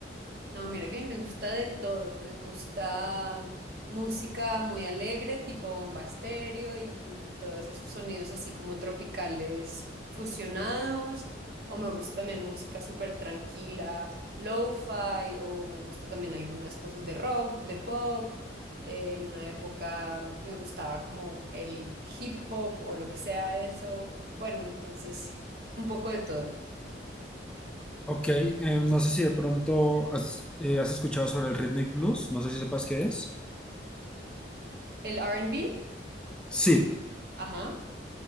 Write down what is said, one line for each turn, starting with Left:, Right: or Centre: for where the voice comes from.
Right: No, mira que me gusta de todo. Me gusta música muy alegre, tipo bomba estéreo y, y todos esos sonidos así como tropicales fusionados. O me gusta también música súper tranquila, lo-fi, o me gusta también algunas cosas de rock, de pop. Eh, En una época me gustaba como el hip hop o lo que sea eso. Bueno, entonces un poco de todo.
Centre: Ok, em, no sé si de pronto has, eh, has escuchado sobre el rhythmic blues, no sé si sepas qué es.
Right: El R&B,
Centre: Sí,
Right: ajá.